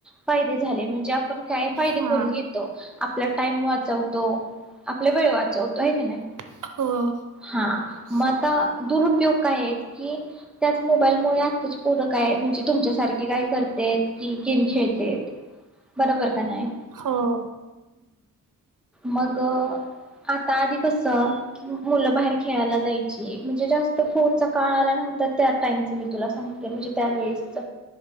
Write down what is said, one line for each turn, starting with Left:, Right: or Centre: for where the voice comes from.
Centre: फायदे झाले म्हणजे आपण. काय फायदे
Right: हा
Centre: करून येतो. आपला टाइम वाचवतो, आपला वेळ वाचवतो आहे की नाही.
Right: <unintelligible>
Centre: हा मग आता दुरुपयोग काय आहेत की त्याच मोबाईलमुळे आत्ताच पोरं काय म्हणजे तुमच्यासारखे काय करते? की गेम खेळते बरोबर का नाही
Right: हो
Centre: मग आता आधी कस मुलं बाहेर खेळायला जायची म्हणजे जास्त फोनचा काळ आला नव्हता त्या टाइमच मी तुला सांगते म्हणजे त्यावेळेस